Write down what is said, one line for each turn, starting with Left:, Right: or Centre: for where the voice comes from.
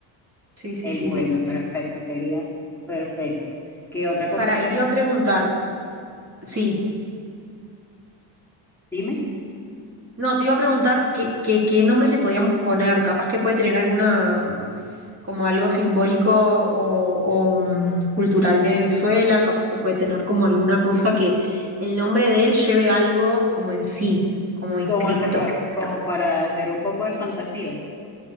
Right: Sí, sí,
Centre: Él
Right: sí,
Centre: vuelve,
Right: sí.
Centre: perfecto, sería perfecto. ¿Qué otra cosa
Right: Para,
Centre: crees
Right: y te iba
Centre: tú?
Right: a preguntar, sí.
Centre: Dime,
Right: No, te iba a preguntar qué, qué, qué nombre le podíamos poner. Capaz que puede tener alguna, como algo simbólico o, o, mm, cultural de Venezuela, capaz que puede tener como alguna cosa que el nombre de él lleve algo como en sí, como inscripto.
Centre: ¿cómo hacerlo? Como para hacer un poco de fantasía.